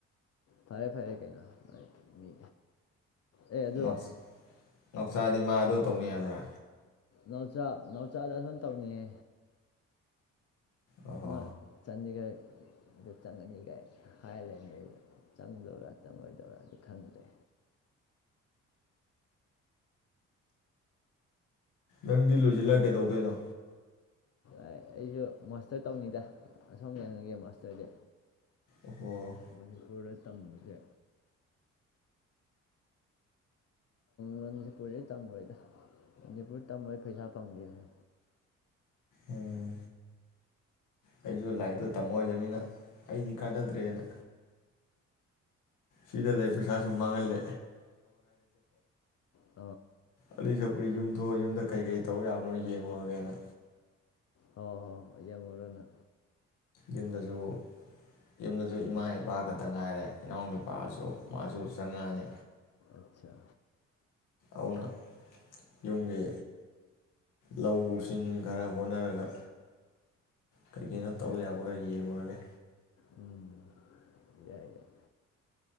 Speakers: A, on the left (about 55°); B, on the left (about 80°).
A: ꯐꯔꯦ ꯐꯔꯦ ꯀꯩꯅꯣ ꯃꯤ ꯑꯦ ꯑꯗꯣ
B: ꯅꯣꯛꯁ ꯅꯥꯎꯆꯥꯗꯤ ꯃꯥ ꯑꯗꯨ ꯇꯧꯅꯤ ꯍꯥꯏꯕ꯭ꯔꯥ
A: ꯅꯥꯎꯆꯥꯥ ꯅꯥꯎꯆꯥꯗ ꯑꯗꯨꯝ ꯇꯧꯅꯤꯌꯦ
B: ꯑꯣꯍꯣ
A: ꯃ ꯆꯠꯅꯤꯒꯔ ꯑꯗꯨ ꯆꯪꯉꯅꯤꯒꯥꯏ ꯍꯥꯏ ꯂꯩꯅꯦ ꯆꯪꯗꯣꯏꯕꯔꯥ ꯆꯪꯉꯣꯏꯗꯣꯏꯔꯥꯗꯤ ꯈꯪꯗ꯭ꯔꯦ
B: ꯅꯪꯗꯤ ꯂꯣꯏꯁꯤꯜꯂ ꯀꯩꯗꯧꯗꯣꯏꯅꯣ
A: ꯑꯩꯖꯨ ꯃꯥꯁꯇꯔ ꯇꯧꯅꯤꯗ ꯑꯁꯣꯝ ꯌꯦꯡꯅꯒꯦ ꯃꯥꯁꯇꯔꯗꯤ
B: ꯑꯣ
A: ꯃꯅꯤꯄꯨꯔꯗ ꯇꯝꯕꯁꯦ ꯃꯅꯤꯄꯨꯔꯩ ꯇꯝꯃꯣꯏꯗ ꯃꯅꯤꯄꯨꯔ ꯇꯝꯃꯣꯏ ꯄꯩꯁꯥ ꯐꯪꯗꯦꯅꯤ
B: ꯎꯝ ꯑꯩꯁꯨ ꯂꯥꯏꯔꯤꯛꯇꯣ ꯇꯝꯃꯣꯏꯗꯃꯤꯅꯤꯅ ꯑꯩꯗꯤ ꯀꯥꯟꯅꯗ꯭ꯔꯦꯅ ꯁꯤꯗ ꯂꯩ ꯄꯩꯁꯥꯁꯨ ꯃꯥꯡꯍꯜꯂꯦ
A: ꯑ <inaudible>
B: ꯑꯂꯤ ꯁꯛꯄꯨꯗꯤ ꯌꯨꯝ ꯊꯣꯛꯣꯛꯑꯒ ꯌꯨꯝꯗ ꯀꯩꯀꯔꯤ ꯇꯧ ꯌꯥꯕꯅꯣ ꯌꯦꯡꯉꯨꯔꯒꯦꯅ
A: ꯍꯣꯏ ꯍꯣꯏ ꯍ ꯌꯦꯡꯉꯨꯔꯅ
B: ꯌꯨꯝꯗꯁꯨ ꯌꯨꯝꯗꯁꯨ ꯏꯃꯥ ꯏꯄꯥ ꯈꯛꯇ ꯉꯥꯏꯔꯦ ꯏꯅꯥꯎ ꯅꯨꯄꯥꯑꯁꯨ
A: ꯑꯣ
B: ꯃꯥꯁꯨ ꯆꯪꯉꯛꯑꯅꯤ
A: ꯑꯆꯥ
B: ꯍꯧꯅ ꯌꯨꯝꯒꯤ ꯂꯧꯁꯤꯡ ꯈꯔ ꯍꯣꯠꯅꯔꯒ ꯀꯩ ꯀꯩꯅꯣ ꯇꯧ ꯌꯥꯕ ꯈꯔ ꯌꯦꯡꯂꯡꯉꯨꯔꯒꯦ
A: ꯎꯝ ꯌꯥꯏ ꯌꯥꯏ